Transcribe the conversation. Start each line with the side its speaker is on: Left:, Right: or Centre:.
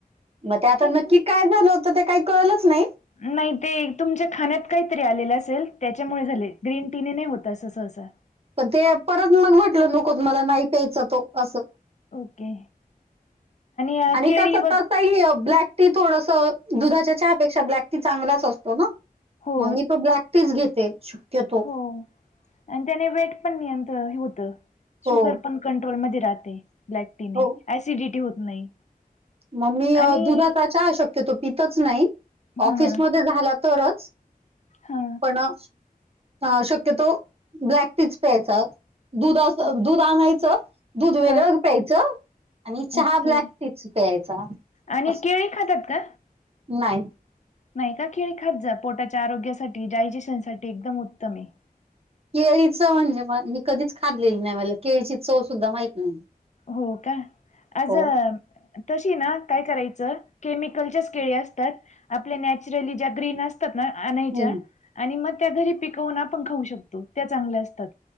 Right: म
Left: ठीक
Right: न
Left: आहे मग
Right: काय झालं होत ते काही कळलंच नाही.
Left: नाही ते तुमच्या खाण्यात काहीतरी आलेलं असेल त्याच्यामुळे झाले ग्रीन टीने नाही होत अस ससा.
Right: पण ते परत मग म्हटलं नकोत मला नाही प्यायच तो अस.
Left: ओके. अ,
Right: आणि
Left: केळी
Right: सत्तास.
Left: व
Right: ताई ब्लॅक टी थोडस दुधाच्या चहापेक्षा ब्लॅक टी चांगलाच असतो ना.
Left: हो
Right: मग मी तो ब्लॅक टीज घेते शक्यतो.
Left: हो आणि त्याने वेट पण नियंत होत
Right: हो,
Left: शुगर पण कंट्रोलमध्ये राहते. ब्लॅक टीने
Right: हो.
Left: ऍसिडिटी होत नाही.
Right: मग मी
Left: आणि
Right: दुधाचा चाहा अशक्यतो पितच नाही.
Left: हा
Right: ऑफिसमध्ये
Left: हा
Right: झाला तरच
Left: हा
Right: पण. ह शक्यतो ब्लॅक टीच प्यायचा. दूध अस
Left: ओ
Right: दूध आणायचं दूध वेगळं
Left: हा
Right: प्यायचं आणि चहा
Left: ओके
Right: ब्लॅक टी च. प्यायचा
Left: आणि
Right: अस
Left: केळी खातात का?
Right: नाही.
Left: नाही का खिळी खात जा पोटाच्या आरोग्यासाठी डायजेशन साठी एकदम उत्तम आहे.
Right: केळी च म्हणजे म मी कधीच खालेली नाही मला केळीची चव सुद्धा माहित नाही.
Left: हो का आज.
Right: हो.
Left: तशी ना काय करायचं केमिकलच्याच केळी असतात आपल्या नॅचरली ज्या ग्रीन असतात. तर ना आणयच्या
Right: हं.
Left: आणि मग त्या घरी पिकवून आपण खाऊ शकतो त्या चांगल्या असतात.